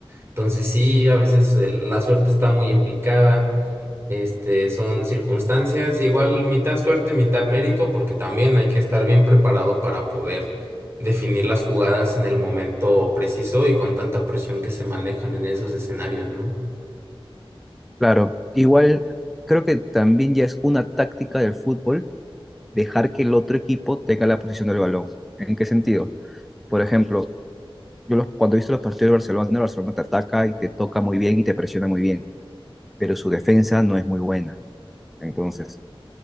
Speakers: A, on the right; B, in the centre.
A: Entonces sí, a veces eh, la suerte está muy implicada, este, son circunstancias, igual mitad suerte, mitad mérito, porque también hay que estar bien preparado para poder definir las jugadas en el momento preciso y con tanta presión que se manejan en esos escenarios, ¿no?
B: Claro, igual creo que también ya es una táctica del fútbol dejar que el otro equipo tenga la posición del balón. ¿En qué sentido? Por ejemplo, yo los, cuando he visto los partidos de Barcelona, el Barcelona te ataca y te toca muy bien y te presiona muy bien, pero su defensa no es muy buena. Entonces,